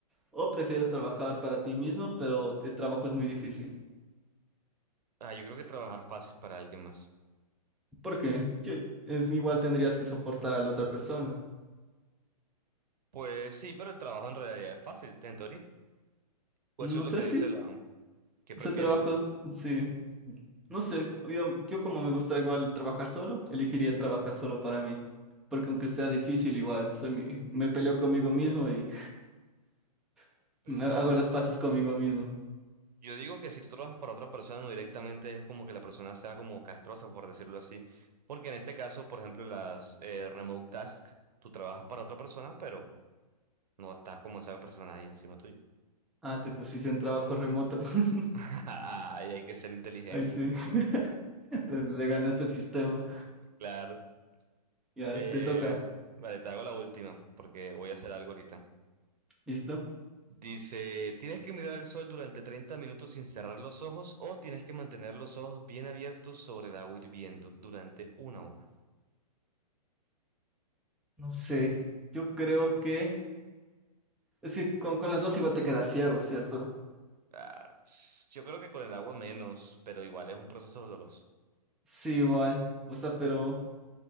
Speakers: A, in the centre; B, on the right.
A: ¿O prefieres trabajar para ti mismo, pero el trabajo es muy difícil?
B: Ah, yo creo que trabajar fácil para alguien más.
A: Porque es igual tendrías que soportar a la otra persona.
B: Pues sí, pero el trabajo en realidad es fácil, en teoría. Pues
A: No
B: eso es lo
A: sé
B: que
A: si
B: dice la... ¿Qué prefieres?
A: ese trabajo,
B: no?
A: sí. No sé, yo, yo como me gusta igual trabajar solo, elegiría trabajar solo para mí, porque aunque sea difícil igual, soy mi, me peleo conmigo mismo y <laughs>
B: Pero,
A: me hago
B: o sea,
A: las paces conmigo mismo.
B: yo digo que si tú trabajas para otra persona no directamente es como que la persona sea como castrosa, por decirlo así. Porque en este caso, por ejemplo, las eh, remote tasks, tú trabajas para otra persona, pero no estás como esa persona ahí encima tuyo.
A: Ah, te pusiste en trabajo remoto. <laughs>
B: <laughs> Ay, hay que ser inteligente,
A: Ahí sí, <laughs> le, le ganaste el sistema.
B: claro.
A: Ya,
B: Eh,
A: te toca.
B: vale, te hago la última, porque voy a hacer algo ahorita.
A: ¿Listo?
B: Dice, ¿tienes que mirar al sol durante 30 minutos sin cerrar los ojos o tienes que mantener los ojos bien abiertos sobre el agua hirviendo durante una hora?
A: No sé, yo creo que... Es que con, con las dos igual te quedas ciego, ¿cierto?
B: Ah, yo creo que con el agua menos, pero igual es un proceso doloroso.
A: Sí, igual. O sea, pero